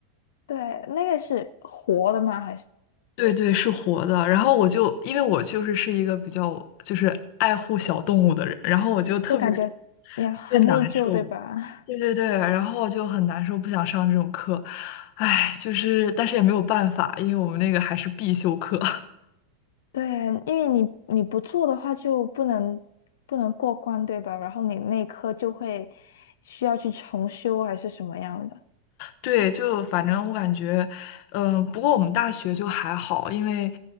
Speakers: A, on the left (about 75°); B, on the left (about 55°).
A: 对，那个是活的吗？还是
B: 对对，是活的。然后我就因为我就是是一个比较就是爱护小动物的人，然后我就特别特
A: 就感觉也很内疚，
B: 别难受。
A: 对吧？
B: 对对对，然后就很难受，不想上这种课。唉，就是但是也没有办法，因为我们那个还是必修课。<laughs>
A: <laughs> 对，因为你你不做的话就不能不能过关，对吧？然后你内科就会需要去重修还是什么样的。
B: 对，就反正我感觉，嗯、不过我们大学就还好，因为